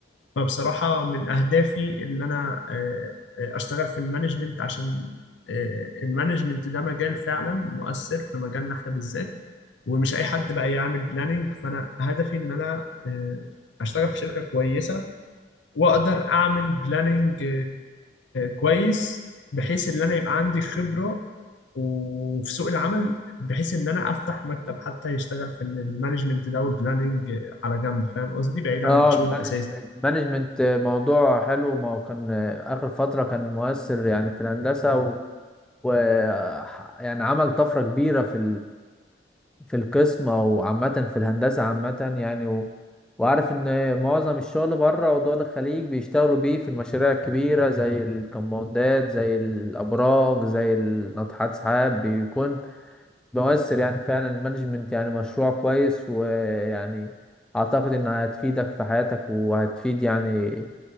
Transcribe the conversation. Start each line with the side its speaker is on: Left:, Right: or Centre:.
Left: فبصراحة من أهدافي اللي أنا آه، آه، أشتغل في المانجمنت عشان آه، المانجمنت ده مجال فعلا مؤثر في مجالنا إحنا بالذات ومش أي حد بقى يعمل بلاننج فأنا هدفي إن أنا آه، أشتغل في شركة كويسة وأقدر أعمل بلاننج كويس بحيث إن أنا يبقى عندي خبرة وفي سوق العمل بحيث ان انا افتح مكتب حتى يشتغل في المانجمنت ده والبلاننج على جنب فاهم قصدي بعيد
Centre: اه
Left: عن الشغل
Centre: المانجمنت
Left: الاساسي
Centre: المانجمنت موضوع حلو ما هو كان اه، اخر فترة كان مؤثر يعني في الهندسة و, و ح- يعني عمل طفرة كبيرة في في القسم او عامه في الهندسه عامه يعني و... وعارف ان معظم الشغل بره ودول الخليج بيشتغلوا بيه في المشاريع الكبيره زي الكمباوندات زي الابراج زي ناطحات سحاب بيكون مؤثر يعني فعلا المانجمنت يعني مشروع كويس ويعني اعتقد انها هتفيدك في حياتك وهتفيد يعني